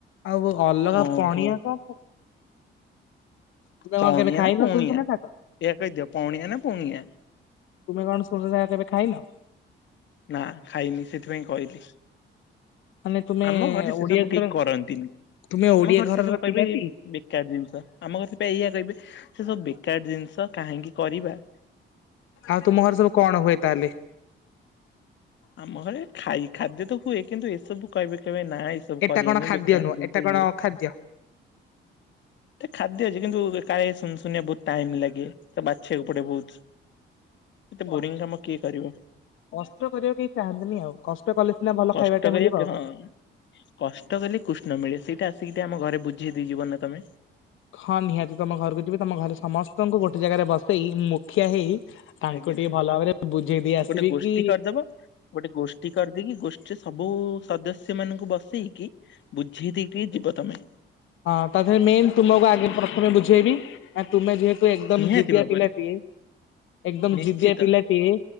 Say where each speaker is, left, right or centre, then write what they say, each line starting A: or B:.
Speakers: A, on the left; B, on the left.
A: ଆଉ ଅଲଗା
B: ଓହୋ
A: ପଣିଆ କଣ? ତୁମେ
B: ପାଣିଆ
A: କଣ କେବେ ଖାଇନ
B: ନା ପୁଣିଆ
A: ସୁନସୁନିଆ ଶାଗ
B: ଏୟା କହିଦିଅ ପାଣିଆ ନା ପୁଣିଆ।
A: ତୁମେ କଣ ସୁନସୁନିଆ ଶାଗ କେବେ ଖାଇନ?
B: ନା ଖାଇନି ସେଥିପାଇଁ କହିଲି।
A: ମାନେ ତୁମେ
B: ଆମ ଘରେ ସେ
A: ଓଡିଆ
B: ସବୁ
A: ଘର
B: କେହି କରନ୍ତିନି
A: ତୁମେ ଓଡିଆ
B: ଆମ ଘରେ
A: ଘରର
B: ସେ ସବୁ
A: ପିଲାଟି
B: କହିବେ ଏ ବେକାର ଜିନିଷ ଆମ ଘରେ ସେ ଏଇଆ କହିବେ ସେ ସବୁ ବେ କାର ଜିନିଷ କାହିଁକି କରିବା?
A: ଆଉ ତୁମ ଘର ସବୁ କଣ ହୁଏ ତାହେଲେ?
B: ଆମ ଘରେ ଖାଇ ଖାଦ୍ୟ ତ ହୁଏ କିନ୍ତୁ ଏସବୁ କହିବେ କେବେ ନ ନା ଏଇସବୁ
A: ଏଟା
B: କରିବେନି
A: କଣ ଖାଦ୍ୟ
B: ବେକାର
A: ନୁହଁ
B: ଜିନିଷ
A: ଏଟା କଣ
B: ଇଏ
A: ଅଖାଦ୍ୟ।
B: ଖାଦ୍ୟ ଅଛି କିନ୍ତୁ କାହିଁ ସୁନ୍ ସୁନିଆ ବହୁତ ଟାଇମ ଲାଗେ ତ ବାଛିବାକୁ ପଡେ ବହୁତ। ଏତେ
A: ଓ
B: ବୋରିଂ
A: ଆଚ୍ଛା
B: କାମ କିଏ କରିବ?
A: କଷ୍ଟ କରିବାକୁ କେହି ଚାହାନ୍ତିନି ଆଉ କଷ୍ଟ କଲେ ସିନା ଭଲ
B: କଷ୍ଟ
A: ଖାଇବାଟା
B: କରିବା
A: ମିଳିବ ଆଉ।
B: ହଁ କଷ୍ଟ କଲେ କୃଷ୍ଣ ମିଳେ ସେଇଟାସ୍ ସେଇଟା ଆମ ଘରେ ବୁଝି ଦେଇଯିବ ନା ତମେ?
A: ହଁ ନିହାତି ତମ ଘରକୁ ଯିବି ତମ ଘରେ ସମସ୍ତଙ୍କୁ ଗୋଟେ ଜାଗାରେ ବସେଇ ମୁଖିଆ ହେଇ ତାଙ୍କୁ
B: ଆଜ୍ଞା
A: ଟିକେ ଭଲ ଭାବରେ ବୁଝେଇ ଦେଇ ଆସିବି
B: ଗୋଟେ ଗୋଷ୍ଠୀ
A: କି
B: କରିଦବ ଗୋଟେ ଗୋଷ୍ଠୀ କରିଦେଇକି ଗୋଷ୍ଠୀରେ ସବୁ ସଦସ୍ୟ ସେମାନଙ୍କୁ ବସେଇକି ବୁଝେଇ ଦେଇକି ଯିବ ତମେ।
A: ହଁ ତା ଦେହରେ ମେନ୍ ତୁମକୁ ଆଗ ପ୍ରଥମେ ବୁଝେଇବି ତା ପ ତୁମେ ଯେହେତୁ ଏକଦମ
B: ନିହାତି
A: ଜିଦିଆ
B: ଭାବରେ
A: ପିଲାଟିଏ ଏକଦମ
B: ନିଶ୍ଚିତ
A: ଜିଦିଆ ପିଲାଟିଏ